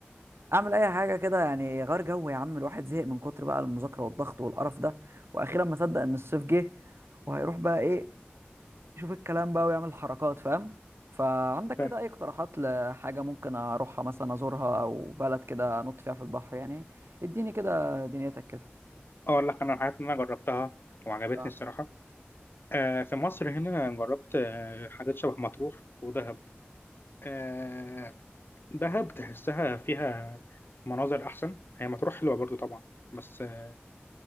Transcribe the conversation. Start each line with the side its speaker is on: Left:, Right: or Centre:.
Right: اعمل اي حاجه كده يعني غير جو يا عم الواحد زهق من كتر بقى المذاكره والضغط والقرف ده واخيرا ما صدق ان الصيف جه وهيروح بقى ايه يشوف الكلام بقى ويعمل حركات فاهم فعندك
Left: فاهم.
Right: كده اي اقتراحات لحاجه ممكن اروحها مثلا ازورها او بلد كده انط فيها في البحر يعني اديني كده دنيتك كده
Left: اقول لك انا الحاجات اللي انا جربتها وعجبتني
Right: اه
Left: الصراحه آه في مصر هنا جربت آه حاجات شبه مطروح ودهب آه دهب تحسها فيها مناظر احسن هي مطروح حلوه برضو طبعا بس آه